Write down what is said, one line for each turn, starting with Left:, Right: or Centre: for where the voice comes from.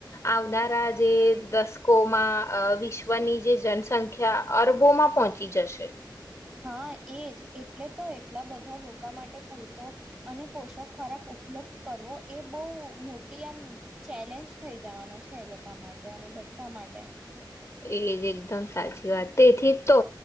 Left: આવનારા જે દસકોમાં વિશ્વની જે જનસંખ્યા અરબોમાં પહોંચી જશે
Right: હા એજ એટલે તો એટલા બધા લોકો માટે પૂરતો અને પોષક ખોરાક ઉપલબ્ધ કરવો એ બહ મોટી આમ ચેલેન્જ થઈ જવાનો છે એ લોકો માટે અને બધા માટે
Left: એજ એકદમ સાચી વાત તેથી તો